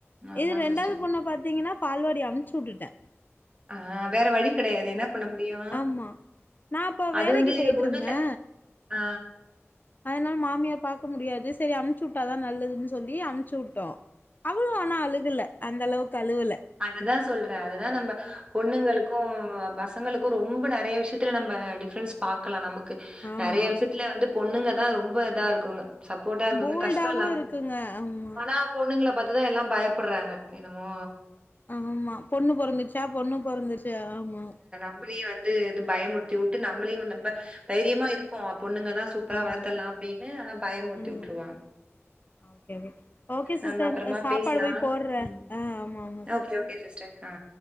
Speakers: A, on the right; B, on the left.
A: ஆமா
B: இது ரெண்டாவது
A: சிஸ்டர்.
B: பொண்ண பாத்தீங்கன்னா பால்வாடி அன்ப்ச்சு உட்டுட்டே
A: ஆ வேற வழி கெடையாது என்ன பண்ண முடியு
B: ஆமா நா அப்ப
A: அது
B: வேலைக்கு
A: வந்து
B: போயிட்ருந்தே
A: அது ஒண்ணுல்ல ஆ
B: அதனால மாமியார் பாக்க முடியாது சரி அமுச்சுவுட்டாதா நல்லதுன்னு சொல்லி அமுச்சுவுட்டோ அவளு ஆனா அழுகல அந்த அளவுக்கு அழுவல
A: அததா சொல்றே அதுதா நம்ம பொண்ணுங்களுக் கு பசங்களுக்கு ரொம்ப நறைய விஷயத்துல நம்ம டிஃபரன்ஸ் பாக்கலா நமக்கு
B: ஆமா
A: நறைய விஷய த்துல வந்து பொண்ணுங்கதா ரொம்ப இதா இருக்குங்க சப்போர்டா இருக்குங்க
B: போல்டாவு
A: கஷ்ட இல்லாம
B: இருக்குங்க
A: இருக்கு
B: ஆமா
A: ஆனா பொண்ணுங்கள பாத்துதா எல்லாம் பயப்படுறாங்க என்னமோ
B: ஆமா பொண்ணு பொறந்துச்சா பொண்ணு பொறந்துருச்சு ஆமா
A: நம்மளையு வந்து இது பயமுறுத்தி விட்டு நம்மளையும் வ நம்ப தைரியமா இருப்போ பொண்ணுங்கதா சூப்பரா
B: ஆமா
A: வளர்த்தலான் அப்படின்னு ஆனா பயமுறுத்தி
B: ம்
A: விட்டுருவாங்க
B: ஓகே ஓகே ஓகே சிஸ்டர்
A: நம்ம அப்புறமா
B: சாப்பாடு
A: பேசலாம்.
B: போய் போடுறே
A: ம்.
B: ஆ ஆமாம்
A: ஓகே ஓகே சிஸ்டர் ஆ